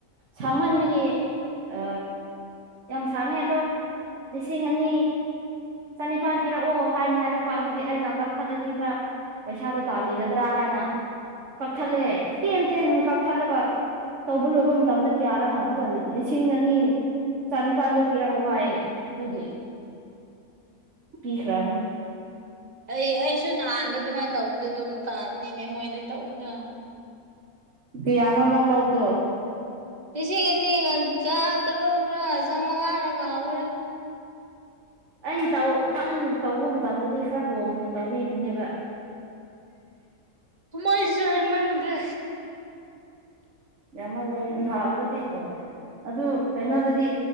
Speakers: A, on the right; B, on the right.
A: ꯁꯥꯡꯃꯟꯕꯒꯤ ꯑ ꯌꯥꯝ ꯁꯥꯡꯉꯦ ꯑꯗꯣ ꯂꯤꯁꯤꯡ ꯑꯅꯤ ꯆꯅꯤꯄꯥꯟ ꯄꯤꯔꯛꯑꯣ ꯍꯥꯏꯅ ꯍꯥꯏꯔꯛꯄ ꯑꯗꯨꯒꯤ ꯑꯩꯅ ꯀꯛꯊꯠꯂꯗꯤ ꯈꯔ ꯄꯩꯁꯥꯗꯣ ꯇꯥꯕꯤꯒꯗ꯭ꯔꯥ ꯍꯥꯏꯅ ꯀꯛꯊꯠꯂꯦ ꯇꯦꯟ ꯇꯦꯟ ꯀꯛꯊꯠꯂꯒ ꯇꯧꯕ ꯂꯣꯏꯕ ꯃꯇꯝꯗ ꯀꯌꯥꯔ ꯍꯥꯡꯉꯒ ꯂꯤꯁꯤꯡ ꯑꯅꯤ ꯆꯅꯤꯄꯥꯜꯗꯣ ꯄꯤꯔꯛꯑꯣ ꯍꯥꯏꯌꯦ ꯑꯗꯨꯒꯤ ꯄꯤꯈ꯭ꯔꯥꯕꯅꯦ
B: ꯑꯩ ꯑꯩꯁꯨ ꯅꯍꯥꯟꯗ ꯑꯗꯨꯃꯥꯏꯅ ꯇꯧꯕꯗꯣ ꯑꯗꯨꯝ ꯇꯥꯕꯅꯤꯅꯦ ꯃꯣꯏꯗ ꯇꯧꯕꯗꯣ
A: ꯀꯤꯌꯥꯅꯣ ꯅꯪ ꯂꯧꯕꯗꯨ
B: ꯂꯤꯁꯤꯡ ꯑꯅꯤꯒ ꯆꯥꯇꯔꯨꯛꯂ ꯆꯥꯃꯉꯥꯔ ꯀꯥꯎꯈ꯭ꯔꯦ
A: ꯑꯩꯅ ꯇꯧ ꯍꯥꯟꯅ ꯇꯧꯕ ꯃꯇꯝꯗꯗꯤ ꯈꯔ ꯍꯣꯡꯅ ꯇꯧꯕꯤꯕꯅꯦꯕ
B: ꯃꯣꯏꯁꯤꯁꯨ ꯍꯦꯟꯃꯟꯒ꯭ꯔꯦ
A: ꯌꯥꯝꯃꯜꯂꯦ ꯏꯝꯐꯥꯜꯗꯗꯤꯀꯣ ꯑꯗꯨ ꯀꯩꯅꯣꯗꯗꯤ